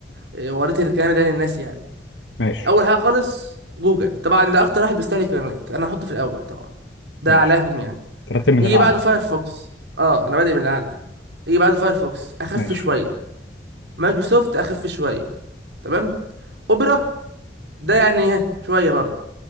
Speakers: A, on the right (about 75°); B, on the left (about 85°).
A: اه، وريت الكلام ده للناس يعني
B: ماشي
A: اول حاجه خالص جوجل طبعا ده اكتر واحد بيستهلك الكلمات انا هحطه في الاول طبعا ده
B: ماشي
A: اعلاهم يعني
B: ترتب من
A: يجي
B: الاعلى
A: بعده فايرفوكس اه انا بادئ من الاعلى يجي بعده فايرفوكس اخف
B: ماشي
A: شويه مايكروسوفت اخف شويه تمام اوبرا ده يعني ها شويه برضه